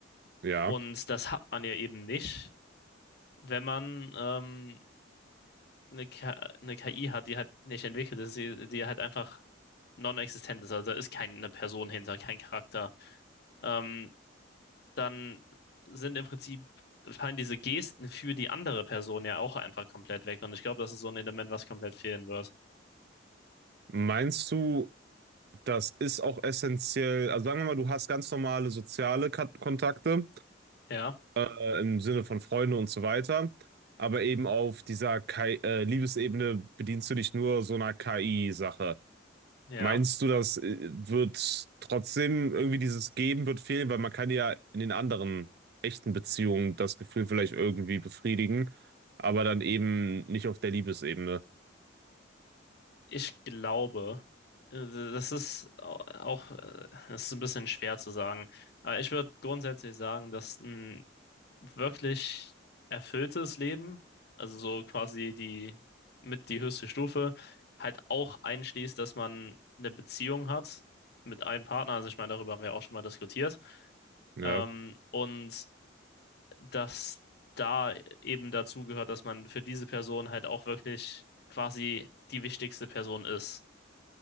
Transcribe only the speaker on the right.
Ja.
Meinst du, Das ist auch essentiell. Also sagen wir mal, du hast ganz normale soziale Kat- Kontakte
äh, im Sinne von Freunde und so weiter. Aber eben auf dieser KI, äh, Liebesebene bedienst du dich nur so einer KI-Sache.
Meinst du, das äh, wird trotzdem irgendwie dieses Geben wird fehlen? Weil man kann ja in den anderen echten Beziehungen das Gefühl vielleicht irgendwie befriedigen, aber dann eben nicht auf der Liebesebene.
Ja,